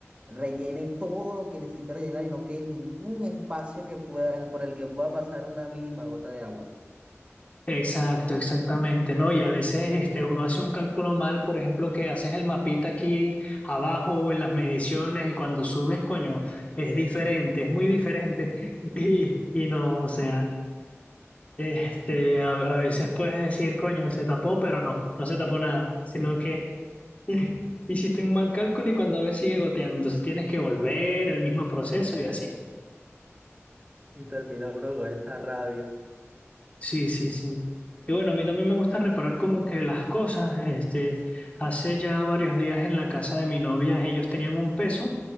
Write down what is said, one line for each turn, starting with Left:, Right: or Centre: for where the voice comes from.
Right: rellene todo lo que necesita rellenar y no quede ningún espacio que pueda, por el que pueda pasar una mínima gota de agua.
Left: Exacto, exactamente, ¿no? Y a veces este, uno hace un cálculo mal, por ejemplo, que haces el mapita aquí abajo en las mediciones y cuando subes, coño, es diferente, es muy diferente. <laughs> Y, y no, o sea, este, a, a veces puedes decir, coño, se tapó, pero no, no se tapó nada, sino que <laughs> hiciste un mal cálculo y cuando ves sigue goteando, entonces tienes que volver el mismo proceso y así.
Right: Y termina uno con esa rabia.
Left: Sí, sí, sí. Y bueno, a mí también me gusta reparar como que las cosas. Este, hace ya varios días en la casa de mi novia, ellos tenían un peso